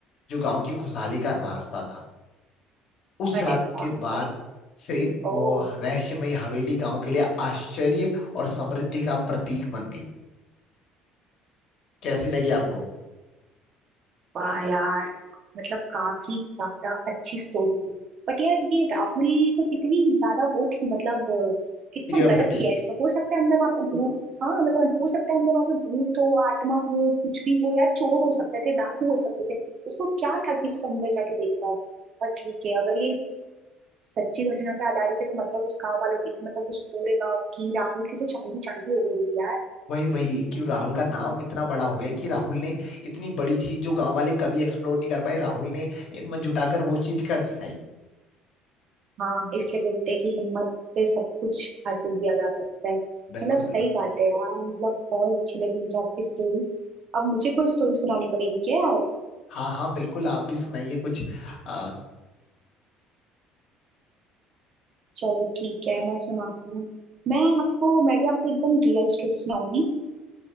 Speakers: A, on the left; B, on the right.
A: जो गांव की खुशहाली का रास्ता था उस
B: अरे
A: रात
B: बाप
A: के बाद
B: रे
A: से
B: ओ
A: वो रहस्यमय हवेली गांव के लिए आश्चर्य और समृद्धि का प्रतीक बन गई कैसी लगी आपको
B: वाह यार मतलब काफी ज्यादा अच्छी स्टोरी थी बट यार ये राहुल को कितनी ज्यादा वो थी मतलब अ, कितना
A: क्यूरियोसिटी
B: गलत किया इसने हो सकता है अंदर वहां पर भूत हाँ मतलब हो सकता है अंदर वहां पर भूत हो आत्मा हो कुछ भी हो यार चोर हो सकते थे डाकू हो सकते थे उसको क्या था कि इसको अंदर जाके देखता है और ठीक है अगर ये सच्ची घटना पे आधारित है तो मतलब उस गांव वालों की मतलब उस पूरे गांव की राहुल की तो चांदी चांदी हो गई होगी यार
A: वही वही क्यों राहुल का नाम इतना बड़ा हो गया कि राहुल ने इतनी बड़ी चीज जो गांव वाले कभी एक्सप्लोर नहीं कर पाए राहुल ने हिम्मत जुटाकर वो चीज कर दिखाई
B: हाँ इसलिए बोलते हैं कि हिम्मत से सब कुछ हासिल किया जा सकता है मतलब
A: बिल्कुल बिल्कुल
B: सही बात है यार मतलब बहुत अच्छी लगी मुझे आपकी स्टोरी अब मुझे कोई स्टोरी सुनानी पड़ेगी क्या यार
A: हाँ हाँ बिल्कुल आप भी सुनाइए कुछ आ,
B: चलो ठीक है मैं सुनाती हूँ मैं आपको मैं भी आपको एकदम रियल स्टोरी सुनाऊंगी